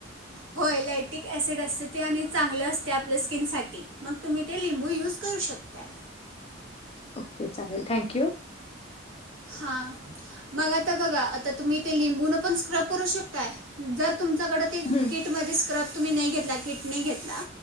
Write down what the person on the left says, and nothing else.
ओके चालेल थँक यू.
हम्म